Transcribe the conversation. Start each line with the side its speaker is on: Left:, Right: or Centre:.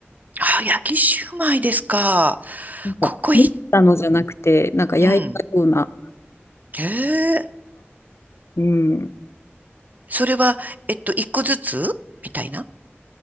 Right: あ、焼きシューマイですか。
Left: なんか、
Right: ここいい。
Left: 持ったのじゃなくて、なんか焼いたような。
Right: うん。へえ、
Left: うん。
Right: それは、えっと、一個ずつみたいな。